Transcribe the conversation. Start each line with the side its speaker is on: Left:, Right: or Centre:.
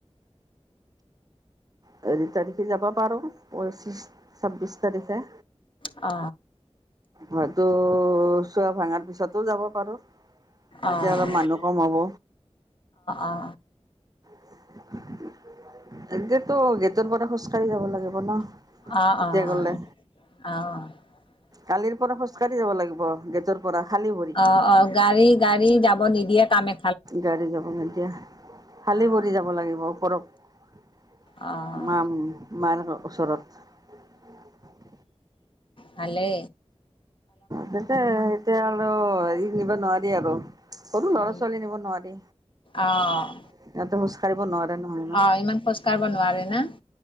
Right: হেৰি তাৰিখে যাবা পাৰো, পঁচিশ। ছাব্বিশ তাৰিখে।
Left: অ।
Right: হয়টো চোৱা, ভাঙাৰ পিছতো যাব পাৰোঁ। তেতিয়া
Left: অঁ অঁ
Right: অলপ মানুহ কম হ'ব।
Left: অঁ অঁ
Right: <unintelligible> এনেটো গেটত পৰা খোজ কাঢ়ি যাব লাগে হয় ন
Left: অ'
Right: এতিয়া
Left: অ'
Right: গ'লে
Left: অ' অ'।
Right: কালিৰ পৰা খোজকাঢ়ি যাব লাগিব। গেটৰ পৰা খালী ভৰি।
Left: অ' অ' গাড়ী-গাড়ী যাব নিদিয়ে, কামে
Right: গাড়ী যাব নিদিয়ে, খালি
Left: অ',
Right: ভৰি যাব লাগিব। পৰক।
Left: অ',
Right: মাম মাৰ ঘৰ ওচৰত।
Left: ভালে।
Right: তেন্তে এতিয়া আৰু হেৰি নিব নোৱাৰি আৰু। সৰু লৰা
Left: উম,
Right: ছোৱালী নিব নোৱাৰি।
Left: অ',
Right: সিহঁতে খোজ কাঢ়িব নোৱাৰে নহয় ন,
Left: অ', ইমান খোজ কাঢ়িব নোৱাৰে না